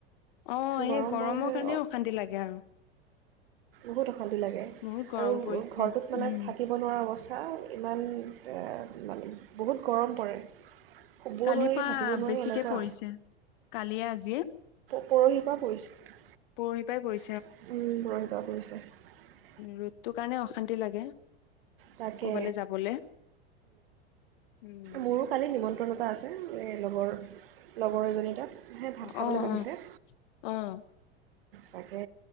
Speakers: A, on the left; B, on the right.
A: অ
B: গৰম
A: এই গৰমৰ
B: মই হৈ
A: কাৰণে অশান্তি লাগে আৰু
B: বহুত অশান্তি লাগে
A: বহুত গৰম
B: আৰু
A: পৰিছে
B: ঘৰটোত মানে
A: উম
B: থাকিব নোৱাৰা অবস্তা <unintelligible> ইমান মানে, বহুত গৰম পৰে। শুবও
A: কালিৰ
B: নোৱাৰি
A: পৰা
B: থাকিব নোৱাৰি
A: বেছিকে
B: এনেকুৱা
A: পৰিছে। কালিয়ে আজিয়ে
B: পৰহি পৰা পৰিছে।
A: <unintelligible> পাই পৰি
B: <unintelligible>
A: ৰ'দটোৰ কাৰণে অশান্তি লাগে।
B: তাকে,
A: কৰবালৈ যাবলে উম
B: মোৰো কালি নিমন্ত্ৰণ এটা আছে। এ লগৰ লগৰ এজনীৰ তাত।
A: অ',
B: সেই ভাত খাবলৈ মাতিছে
A: অ', অ'।
B: তাকে